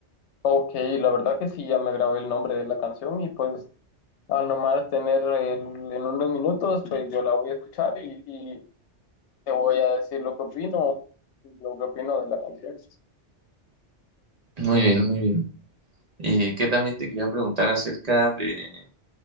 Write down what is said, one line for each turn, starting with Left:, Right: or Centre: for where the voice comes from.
Left: Ok, la verdad que sí, ya me grabé el nombre de la canción y pues al nomás tener el- en unos minutos, pues yo la voy a escuchar y, y te voy a decir lo que opino, lo que opino de la canción.
Right: Muy bien, muy bien. Y que también te quería preguntar acerca de